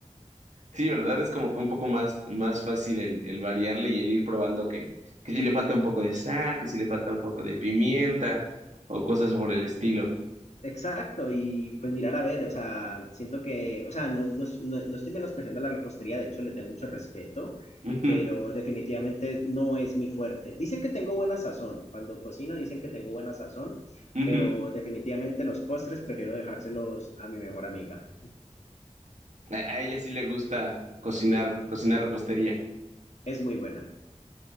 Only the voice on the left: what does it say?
exacto, y pues mirar a ver, o sea, siento que, o sea, no, no, no, no estoy menospreciando la repostería, de hecho, le tengo mucho respeto,
pero definitivamente no es mi fuerte. Dicen que tengo buena sazón, cuando cocino dicen que tengo buena sazón,
pero definitivamente los postres prefiero dejárselos a mi mejor amiga,
es muy buena.